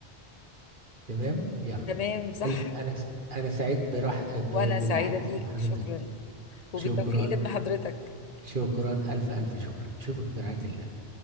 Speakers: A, on the right; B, on the left.
A: تمام يلا
B: تمام صح
A: الف انا س- انا سعيد براح آه، ب-
B: وانا
A: بالحديث
B: سعيده بيك
A: مع حضرتك
B: شكرا وبالتوفيق
A: شكرا
B: لابن حضرتك
A: شكرا الف الف شكرا اشوفك في رعايه الله